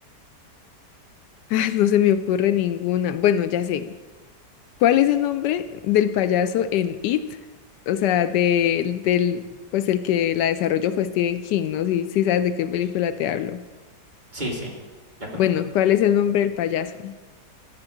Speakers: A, on the left (about 80°); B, on the right (about 25°).
A: <laughs> ah, no se me ocurre ninguna. Bueno, ya sé. ¿Cuál es el nombre del payaso en It? O sea, del, del, pues el que la desarrolló fue Stephen King, ¿no? Si, si sabes de qué película te hablo.
B: Sí, sí, la conozco.
A: Bueno, ¿cuál es el nombre del payaso?